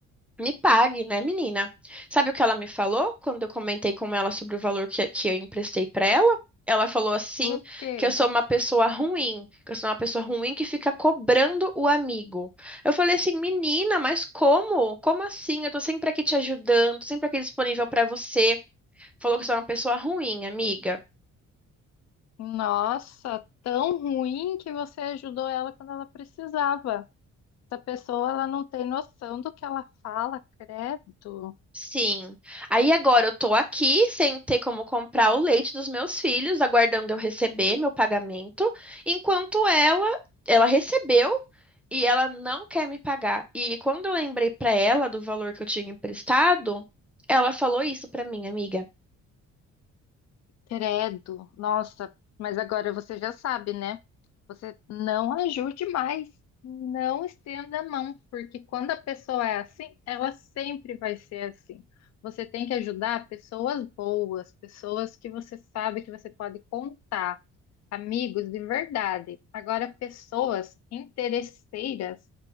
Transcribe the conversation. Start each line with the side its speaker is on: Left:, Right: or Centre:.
Centre: me pague, né, menina? Sabe o que ela me falou quando eu comentei com ela sobre o valor que, que eu emprestei pra ela? Ela falou assim
Left: O quê?
Centre: que eu sou uma pessoa ruim, que eu sou uma pessoa ruim que fica cobrando o amigo. Eu falei assim, menina, mas como? Como assim? Eu tô sempre aqui te ajudando, tô sempre aqui disponível pra você. Falou que eu sou uma pessoa ruim, amiga.
Left: Nossa, tão ruim que você ajudou ela quando ela precisava. Essa pessoa, ela não tem noção do que ela fala, credo.
Centre: Sim. Aí agora eu tô aqui sem ter como comprar o leite dos meus filhos, aguardando eu receber meu pagamento, enquanto ela, ela recebeu e ela não quer me pagar. E quando eu lembrei pra ela do valor que eu tinha emprestado, ela falou isso pra mim, amiga.
Left: Credo, nossa, mas agora você já sabe, né? Você não ajude mais, não estenda a mão, porque quando a pessoa é assim, ela sempre vai ser assim. Você tem que ajudar pessoas boas, pessoas que você sabe que você pode contar, amigos de verdade. Agora, pessoas interesseiras,